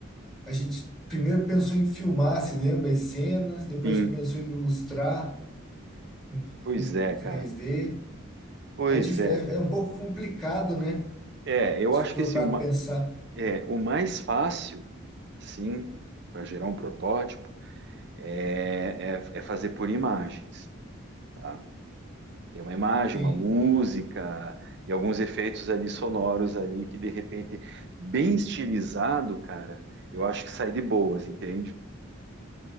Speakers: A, in the centre; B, on the right.
A: a gente primeiro pensou em filmar, se lembra, as cenas, depois
B: Sim,
A: a gente pensou em ilustrar em,
B: pois
A: em
B: é, cara.
A: 3D.
B: Pois
A: É, dif-
B: é,
A: é,
B: cara.
A: é um pouco complicado, né?
B: É, eu
A: Se
B: acho
A: for
B: que assim,
A: para pensar.
B: É, o mais fácil, assim, para gerar um protótipo é, é- é fazer por imagens, tá? Tem uma imagem,
A: Sim,
B: uma música e alguns efeitos ali sonoros ali que de repente bem estilizado, cara, eu acho que sai de boas, entende?